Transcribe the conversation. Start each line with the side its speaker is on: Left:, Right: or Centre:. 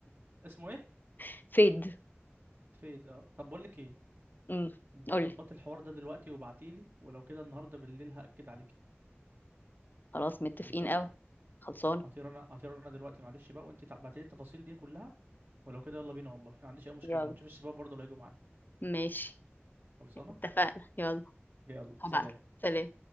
Right: اسمه ايه
Left: <laughs> فيد
Right: فيد اه طب بقول لك ايه
Left: امم
Right: ما تظبطي
Left: قولي
Right: الحوار ده دلوقتي وابعتيلي ولو كده النهارده بالليل هأكد عليكي
Left: خلاص متفقين
Right: خلصانه
Left: قوي خلصانه
Right: هطير انا هطير انا دلوقتي معلش بقى وانت ابعتيلي التفاصيل دي كلها ولو كده يلا بينا والله ما عنديش اي مشكله
Left: يلا
Right: ونشوف الشباب برضه اللي هيجوا معانا
Left: ماشي
Right: خلصانه
Left: اتفقنا يلا
Right: يلا
Left: هبعت
Right: سلام
Left: سلام